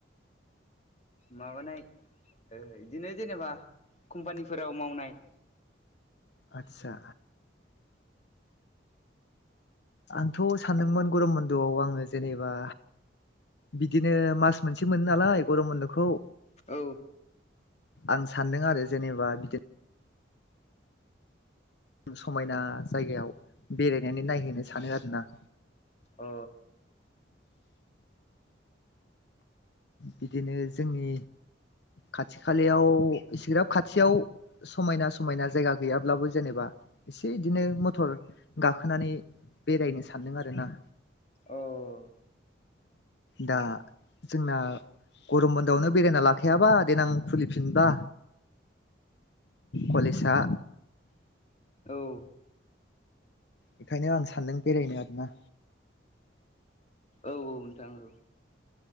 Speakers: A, on the left; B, on the left.
A: माबानाय ओ बिदिनो जेनेबा कम्पानिफोराव मावनाय।
B: आदसा आंथ' सानदोंमोन गरम बन्दआव आङो जेनेबा बिदिनो मास मोनसे मोनो नालाय गरम बन्द'खौ।
A: औ
B: आं सानदों आरो जेनेबा बिदिन नो समायना जायगायाव बेरायनानै नायहैनो सानो आरोना।
A: अ
B: बिदिनो जोंनि खाथि खालायाव इसेग्राब खाथियाव समायना समायना जायगा गैयाब्लाबो जेनेबा एसे इदिनो मथर गाखोनानै बेरायनो सानदों आरो ना।
A: औ
B: दा जोंना गरम बन्दोआवनो बेरायना लाखायाबा देनां खुलिफिनबा कलेजा
A: औ
B: बेखायनो आं सान्दों बेरायनो आरोना।
A: औ औ‌ नोंथां औ।